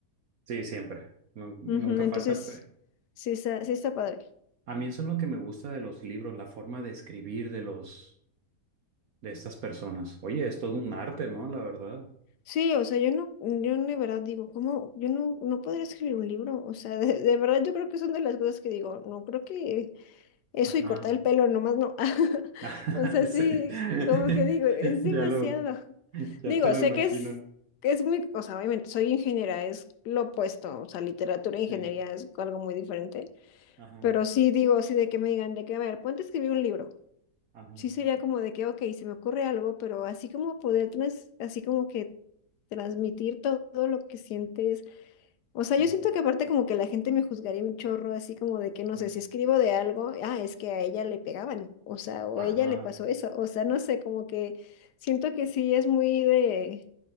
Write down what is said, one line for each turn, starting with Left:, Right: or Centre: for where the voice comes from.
Right: Sí, siempre. Nun- nunca
Left: Ujú, entonces,
Right: falta. pe-
Left: sí, está- sí está padre.
Right: A mí eso es lo que me gusta de los libros, la forma de escribir de los, de estas personas. Oye, es todo un arte, ¿no? La verdad.
Left: Sí, o sea, yo no, yo de verdad digo, ¿cómo? Yo no, no podría escribir un libro, o sea, <laughs> de, de verdad yo creo que son de las cosas que digo, no creo que eso
Right: Ajá.
Left: y cortar el pelo nomás no, <laughs>
Right: <laughs>
Left: o sea,
Right: Sí.
Left: sí,
Right: <laughs>
Left: como que digo, es
Right: Ya
Left: demasiado,
Right: lo, ya
Left: digo,
Right: te lo
Left: sé
Right: imagino.
Left: que es, que es muy, o sea, obviamente soy ingeniera, es lo opuesto, o sea, literatura e ingeniería
Right: Sí.
Left: es algo muy diferente,
Right: Ajá.
Left: pero sí digo, sí de que me digan, de que, a ver, ponte a escribir un libro
Right: Ajá.
Left: sí sería como de que, ok, se me ocurre algo, pero así como poder, trans- así como que transmitir to- todo, lo que sientes. O sea,
Right: Sí.
Left: yo siento que aparte como que la gente me juzgaría un chorro, así como de que, no
Right: ah,
Left: sé, si escribo de algo, ah, es que a ella le pegaban, o sea, o
Right: Ajá.
Left: a ella le pasó eso, o sea, no sé, como que siento que sí es muy de...